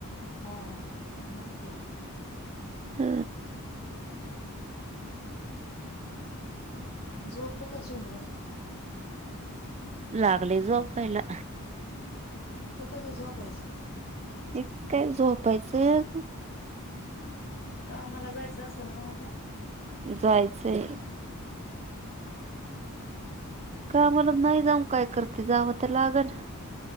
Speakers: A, on the left (about 50°); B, on the right (about 30°).
A: ह मग काय
B: ह
A: झोपलं का चेंबड.
B: लागले झोपायला.
A: तू कधी झोपायची.
B: एक काय झोपायचंय.
A: कामाला जायचं असेल ना उद्या.
B: जायचंय कामला नाही. जाऊ काय करते जावं तर लागल.